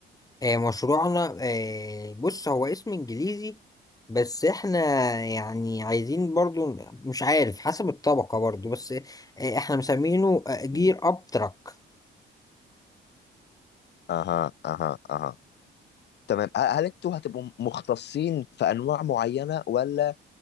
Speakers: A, on the left; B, on the left.
A: آه، مشروعنا آه، بص هو اسم انجليزي بس احنا يعني عايزين برضو مش عارف حسب الطبقة برضو بس آه، احنا مسمينه جير
B: مم.
A: اب تراك
B: أها أها أها تمام هل أنتوا هتبقوا مختصين في أنواع معينة ولا